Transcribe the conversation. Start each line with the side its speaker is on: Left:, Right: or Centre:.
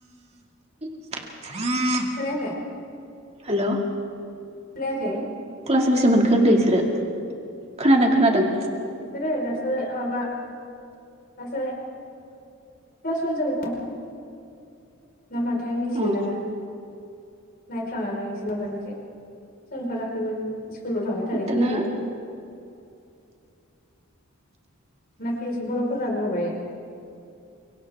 Right: ह <inaudible>
Left: खोनायाखै
Right: हेल'
Left: खोनायाखै
Right: क्लास बेसे मोनखो होनदों बिसोरो खोनादों खोनादों।
Left: बिसोरो दासो माबा <unintelligible> क्लास वान जाबाय खोमा ना माथाइ मिथिलायलांङा
Right: अ
Left: नायफ्लाङ न इसोरला बायनोसै सोंफाखैबो। स्कुलाव थांबाय थानायखोनायो।
Right: दाना
Left: <unintelligible>